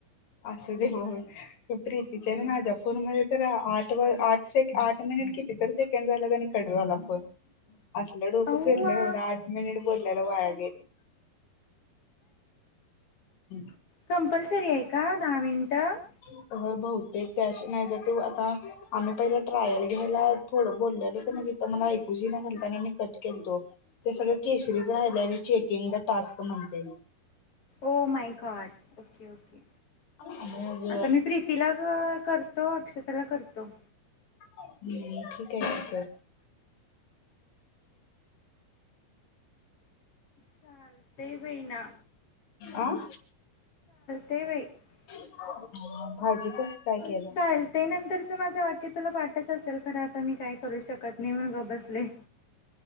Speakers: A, on the left; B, on the left.
A: असू दे हो खुपरीत तिच्याने माझ्या फोनमुळे तर आठ.. व.. आठशे.. आठ मिनिट किती तर सेकंड झाल्यात आणि कट झाला फोन. असलं डोकं
B: अव्वा
A: फिरलं, एवढं आठ मिनिट बोलल्याल वाया गेलं. <unintelligible> <unintelligible>
B: कंपलसरीय, का दहा मिनटं?
A: होय बहुतेक कॅश नाहीतर ते आता, आम्ही पहिला ट्रायल घ्यायला थोडं बोललेलो, क नाही तिथ मला ऐकूच येईना झालत आणि आम्ही कट केल्तो. ते सगळं केशरीच राहिल्याय <unintelligible> चेकिंग <unintelligible> टास्क म्हणते.
B: Oh my God, okay okay.
A: आणि अजून
B: आता मी प्रीतीला क करतो, अक्षताला करतो.
A: हम्, ठिकय, ठीकय.
B: चालते बाई ना.
A: अं
B: <unintelligible>
A: <unintelligible> भाजी कस काय केला?
B: चालेल ते नंतरच माझं वाट की, तुला वाटच असेल खर, आता मी काय करू शकत नाही, म्हणून गप बसले.